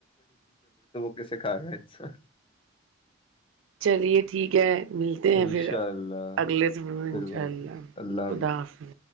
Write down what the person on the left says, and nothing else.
کے سکھا رہا ہیں س وق
انشاء
اللہ
پھر
بات
ہوگی، اللہ